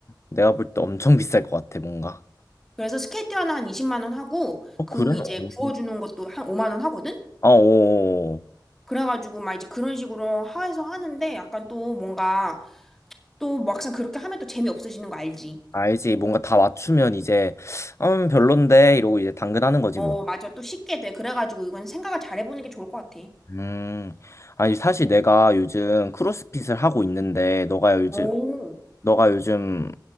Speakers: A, on the left; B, in the centre.
A: 내가 볼 때 엄청 비쌀 것 같아 뭔가.
B: 그래서 스케이트 하나 한 20만 원 하고
A: 어
B: 그
A: 그래?
B: 이제
A: 어,
B: 구워주는 것도 한 5만 원 하거든?
A: 어, 어.
B: 그래가지고 막 이제 그런 식으로 해서 하는데 약간 또 뭔가 또 막상 그렇게 하면 또 재미없어지는 거 알지?
A: 알지. 뭔가 다 맞추면 이제, 음, 별론데, 이러고 이제 당근하는 거지,
B: 어,
A: 뭐.
B: 맞아. 또 쉽게 돼. 그래가지고 이건 생각을 잘 해보는 게 좋을 것 같아.
A: 음. 아니, 사실 내가 요즘 크로스핏을 하고 있는데, 너가 요즘,
B: 오.
A: 너가 요즘